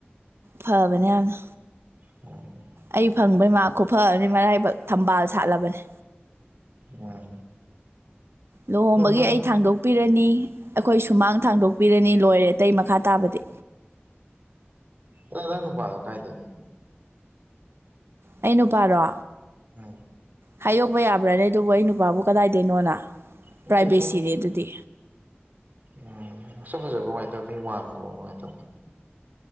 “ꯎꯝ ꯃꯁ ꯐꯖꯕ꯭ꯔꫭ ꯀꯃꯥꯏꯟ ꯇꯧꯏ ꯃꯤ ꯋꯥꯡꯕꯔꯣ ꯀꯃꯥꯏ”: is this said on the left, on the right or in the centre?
Right